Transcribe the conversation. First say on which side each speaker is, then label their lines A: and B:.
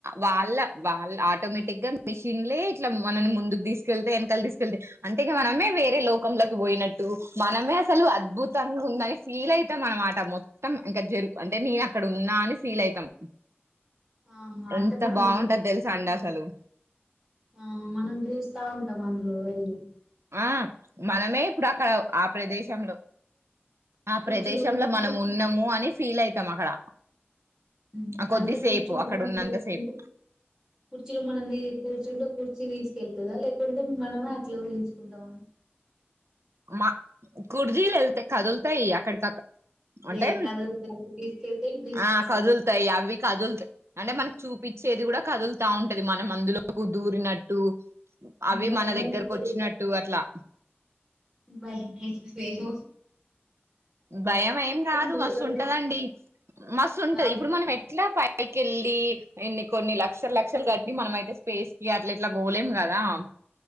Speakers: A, on the right; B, on the right.
A: వాళ్ళ వాళ్ళ ఆటోమెటిగ్ మిషిన్లే ఇట్ల మనల్ని ముందుకు తీస్త తీసుకెళ్తే వెనకలి తీకెళ్తే అంటే మనమే వేరే లోకంలోకి పోయినట్టు మనమే అసలు అద్భుతంగా ఉందని ఫీల్ అయితాం అన్నమాట మొత్తం ఇంకా జరు అంటే నేను అక్కడున్న అని ఫీల్ అయితాం
B: ఆహా అంటే
A: ఎంత
B: మనం
A: బాగుంటది
B: అందు
A: తెలుసా తండాసలు
B: ఆ మనం చూస్తా ఉంటాము అందులో వెళ్లి
A: ఆ మనమే ఇప్పుడు అక్కడ ఆ ప్రదేశంలో ఆ
B: కుర్చీలో
A: ప్రదేశంలో
B: కూర్చుంటే
A: మనం ఉన్నామ్ము అని ఫీల్ అయితాం అక్కడ
B: ఉమ్,
A: ఆ కొద్దిసేపు
B: అంటే కుర్చీలో
A: అక్కడ
B: మనం
A: ఉన్నంతసేపు
B: కూర్చుంటే కుర్చీలో మనమే కూర్చుంటే కూర్చీ తీసుకెళ్తాదా లేకుంటే మనమే అట్లా ఊహించుకుంటామా
A: మా కుర్చీలు వెళ్తాయి కదులుతాయి అక్కడికక్కడ
B: అదే
A: అంటే
B: కథలు అటు తీసుకెళ్తే ఇటు తీసుకొస్తాయి
A: ఆ కదులుతాయి అవి కదులుతాయి అంటే మనకు చూపించేది కూడా కదులుతా ఉంటది మనం అందులోకి దూరినట్టు అవి
B: భయమైతది
A: మన దగ్గరకు వచ్చినట్లు అట్లా
B: బయయ వెయహు
A: భయం ఏం కాదు
B: మూవీ
A: మస్తు ఉంటాదండి మస్తు ఉంటది
B: అవును
A: ఇప్పుడు మనం ఎట్లా పై పైకెళ్ళి ఇన్ని కొన్ని లక్షల లక్షలు కట్టి మనమైతే స్పేస్కి అట్లా ఇట్లా పోలేం కదా చ్